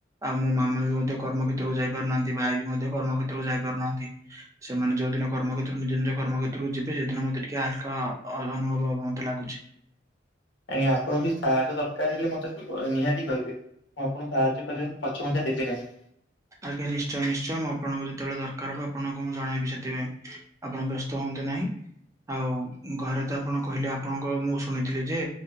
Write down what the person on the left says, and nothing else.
ଆଜ୍ଞା ଆପଣଙ୍କୁ କି ସାହାଯ୍ୟ ଦରକାର ହେଲେ ମତେ ନିହାତି କହିବେ। ମୁଁ ଆପଣ ସାହାଯ୍ୟ କରିବାରେ ପଛ ଘୁଞ୍ଚା ଦେବେ ନାହିଁ।